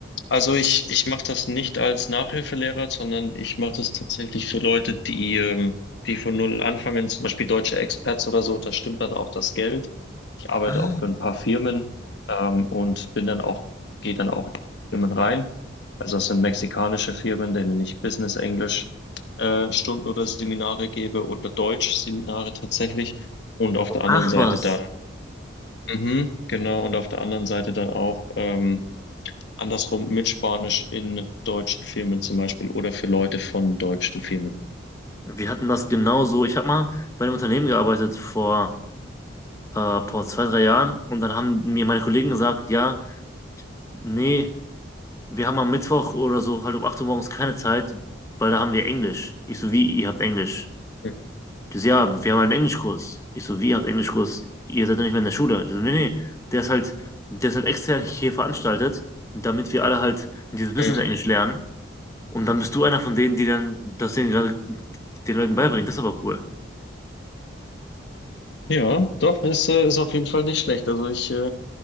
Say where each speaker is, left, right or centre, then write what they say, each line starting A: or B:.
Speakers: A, on the left; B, on the left.
A: Also ich, ich mache das nicht als Nachhilfelehrer, sondern ich mache das tatsächlich für Leute, die, ähm, die von null anfangen, zum Beispiel deutsche Expats oder so, da stimmt dann auch das Geld. Ich arbeite
B: Ah.
A: auch für ein paar Firmen, ähm, und bin dann auch, gehe dann auch in Firmen rein. Also das sind mexikanische Firmen, denen ich Business Englisch, äh, Stunden oder Seminare gebe oder Deutsch-Seminare tatsächlich. Und auf der anderen
B: Ach
A: Seite
B: was.
A: dann, mhm, genau, und auf der anderen Seite dann auch, ähm, Andersrum mit Spanisch in deutschen Filmen zum Beispiel oder für Leute von deutschen Filmen.
B: Wir hatten das genauso. Ich habe mal bei einem Unternehmen gearbeitet vor, äh, vor zwei, drei Jahren und dann haben mir meine Kollegen gesagt, ja, nee, wir haben am Mittwoch oder so halt um 8 Uhr morgens keine Zeit, weil da haben wir Englisch. Ich so, wie, ihr habt Englisch?
A: Mhm.
B: Die so, ja, wir haben halt einen Englischkurs. Ich so, wie, ihr habt Englischkurs? Ihr seid doch nicht mehr in der Schule. Die so, nee, nee, der ist halt, der ist halt extern hier veranstaltet, damit wir alle halt dieses Business
A: Mhm.
B: Englisch lernen. Und dann bist du einer von denen, die dann das den, den Leuten beibringen. Das ist aber cool.
A: Ja, doch, ist, äh, ist auf jeden Fall nicht schlecht. Also ich äh,